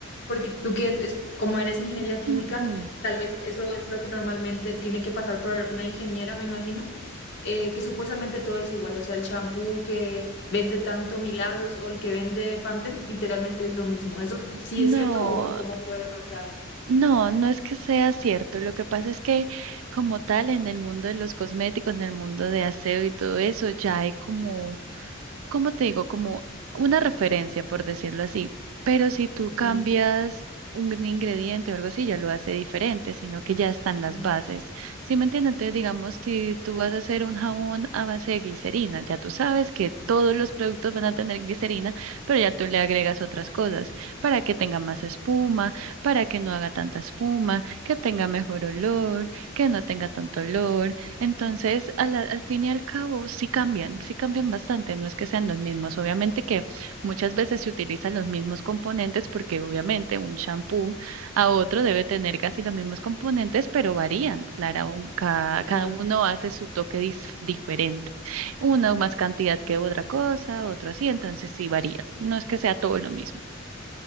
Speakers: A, on the left; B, on the right.
A: Porque tú que es, como eres ingeniería
B: <clears throat>
A: química, tal vez eso es lo que normalmente tiene que pasar por una ingeniera, me imagino, eh, que supuestamente todo es igual, o sea, el champú, vende tanto milagros o el que vende Pantene, literalmente es lo mismo. ¿Eso sí
B: No.
A: es cierto o uno cómo puede notar?
B: No, no es que sea cierto. Lo que pasa es que como tal en el mundo de los cosméticos, en el mundo de aseo y todo eso, ya hay como como te digo, como una referencia, por decirlo así, pero si tú cambias
A: Sí.
B: un ingrediente o algo así, ya lo hace diferente, sino que ya están
A: Ah,
B: las bases. ¿Sí me entiendes? Entonces, digamos, si tú
A: sí,
B: vas a hacer un jabón a base de glicerina, ya tú sabes que todos los productos van a tener glicerina, pero ya tú le agregas otras cosas para que tenga más espuma, para que no haga tanta espuma, que tenga mejor olor, que no tenga tanto olor. Entonces, a la- al fin y al cabo, sí cambian, sí cambian bastante, no es que sean los mismos. Obviamente que muchas veces se utilizan los mismos componentes porque obviamente un shampoo a otro debe tener
A: sí,
B: casi los mismos componentes, pero varían. Claro, un- cada,
A: claro.
B: cada uno hace su toque dis- diferente. Uno más cantidad que otra cosa, otro así, entonces sí varían. No es que sea todo lo mismo.